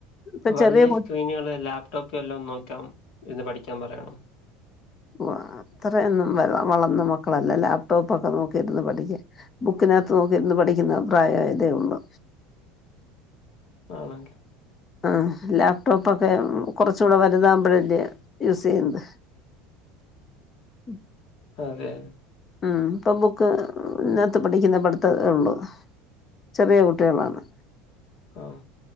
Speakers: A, on the left (about 25°); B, on the left (about 60°).
A: ഇപ്പൊ
B: വലിയ
A: ചെറിയ
B: സ്ക്രീനുകള് ലാപ്ടോപ് വല്ലോം നോക്കാം ഇര് പഠിക്കാ പറയണം.
A: ഓ അത്രയൊന്നും വ വളർന്ന മക്കളല്ല ലാപ്ടോപ്പൊക്കെ നോക്കിയിര്ന്ന് പഠിക്കാൻ ബുക്കിനാത്ത് നോക്കിര്ന്ന് പഠിക്കുന്ന പ്രായയതേ ഉള്ളു
B: <unintelligible>
A: ആഹ് ലാപ്ടോപ്പൊക്കെ കൊറച്ചുടെ വലുതാഉമ്പഴല്ലേ യൂസയ്യുന്നത്. <inaudible>
B: അതെ.
A: ഉം ഇപ്പൊ ബുക്ക് ഇനാത്ത് പഠിക്കുന്ന പടിത്തേ ഉള്ളു. ചെറിയ കുട്ടികളാണ്.
B: ഓഹ്